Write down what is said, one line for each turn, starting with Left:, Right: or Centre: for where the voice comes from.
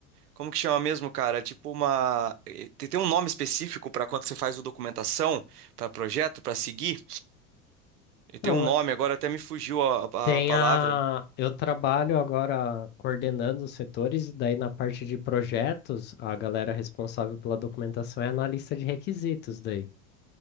Right: como que chama mesmo, cara? Tipo uma, eh, tem, tem um nome específico para quando você faz o documentação para projeto, para seguir. E Tem
Left: Então,
Right: um nome, agora até me fugiu a, a-
Left: Tem
Right: a palavra.
Left: a... Eu trabalho agora coordenando os setores, e daí na parte de projetos, a galera responsável pela documentação é analista de requisitos daí.